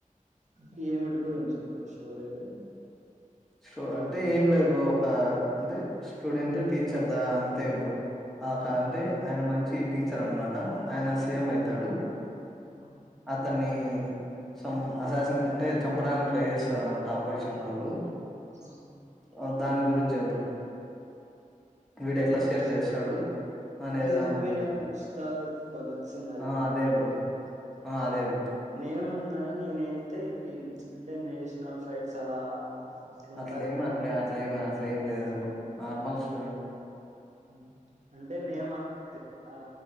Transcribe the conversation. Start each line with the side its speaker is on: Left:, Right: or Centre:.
Right: అంటే ఏమిటి గురించి బ్రో స్టోరి ఏది
Centre: స్టో అంటే ఏం లేదు బ్రో ఒక అంటే స్టూడెంట్ టీచర్ దా అంతే బ్రో. ఆ కా అంటే
Right: ఆహా!
Centre: ఆయన మంచి టీచర్ అన్నమాట ఆయన సీఎం అయితాడు.
Right: ఆహా!
Centre: అతన్నీ సమ్ అసాస అంటే చంపడానికి ట్రై చేస్తారు అన్నమాట ఆపొజిషన్ వాళ్ళు.
Right: హ
Centre: ఆ దాని గురించే బ్రో వీడు ఎట్లా
Right: ముస్
Centre: సేవ్ చేస్తాడు అనేది
Right: ఈ
Centre: దాని
Right: మూవీ
Centre: గురించి
Right: నేమ్ ముక్స్తాద్ భగత్ సింగ్ అది
Centre: ఆ
Right: కదా
Centre: అదే
Right: బ్రో
Centre: ఆ అదే బొ
Right: నేముందని నేనైతే ఇవి అంటే నేషనల్ ఫైట్స్ అలా అట్లుంటది
Centre: అట్లేమి
Right: ఏమో
Centre: అట్లే
Right: అనుకున్నా.
Centre: అట్లేమి అట్లే ఏం లేదు నార్మల్ స్టూడెంట్
Right: ఆ అంటే నేమ్ <unintelligible> అట్లా